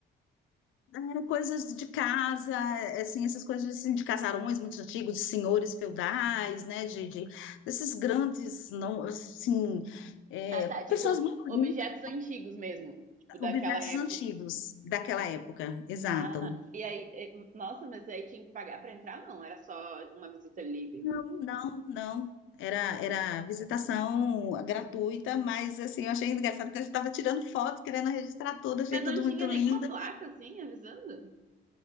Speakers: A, on the left; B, on the right.
A: é, coisas de casa, é, assim, essas coisas assim, de casarões muito antigos, de senhores feudais, né? De, de desses grandes, não, assim, é,
B: Ah, tá. Tipo,
A: pessoas muito
B: objetos
A: ricas,
B: antigos mesmo. Tipo, daquela
A: objetos
B: época.
A: antigos daquela época, exato.
B: Ah, e aí. eh, Nossa, mas aí tinha que pagar pra entrar? Não, era só uma visita livre.
A: Não, não, não. Era, era visitação gratuita, mas assim, eu achei engraçado que a gente estava tirando foto, querendo registrar tudo, achei
B: Mas
A: tudo
B: não tinha
A: muito lindo.
B: nenhuma placa, assim, avisando?